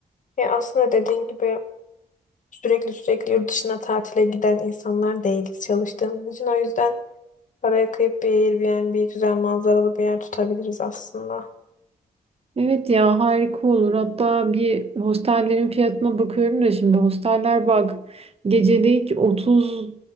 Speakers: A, on the left (about 60°); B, on the right (about 40°).
A: Ya aslında dediğin gibi sürekli sürekli yurt dışına tatile giden insanlar değiliz çalıştığımız için. O yüzden paraya kıyıp bir Airbnb güzel manzaralı bir yer tutabiliriz aslında.
B: Evet ya harika olur. Hatta bir hostellerin fiyatına bakıyorum da şimdi hosteller bak gecelik 30